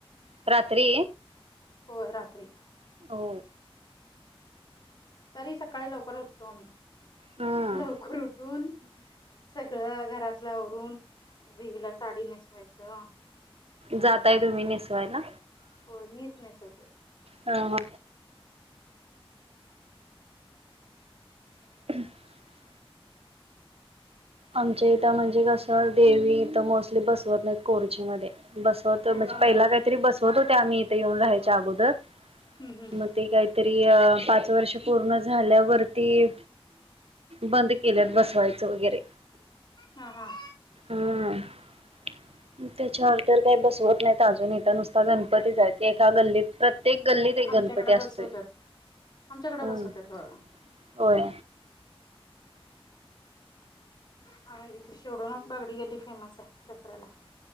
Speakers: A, on the right; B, on the left.
A: रात्री?
B: होय राात्री.
A: हो
B: तरी सकाळी लवकर उठतो आम्ही.
A: हम्म
B: लवकर उठून सगळं घरात तल आवरून देवीला साडी नेसवायचं.
A: जाताय तुम्ही नेसवायला?
B: होय मीच नेसवतोय.
A: हा हा <inaudible> आमच्या इथं म्हणजे कसं देवी. थ मोस्टली बसवत नाहीत कोरची मध्ये बसवतोय
B: हा
A: म्हणजे
B: हा
A: पहिला
B: हा
A: काहीतरी बसवत होते आम्ही इथे येऊन राहायच्या अगो र
B: हम्म हम्म.
A: म ते कायतरी अ पाच वर्ष पूर्ण झाल्यावरती बंद केल्यात बसवायचं वगैरे.
B: हा हा.
A: हम्म त्याच्यावर तर काय बसवत नाई त अजून इत नुसता गण पतीय एका गल्लीत प्रत्येक गल्लीत एक
B: आमच्याकडे
A: गणपती असतोय.
B: बसवतात आमच्याकडे
A: हम्म
B: बसवत होय सगळं
A: होय
B: हा इथे शोडून बागडी गल्ली फेमस आहे दसऱ्याला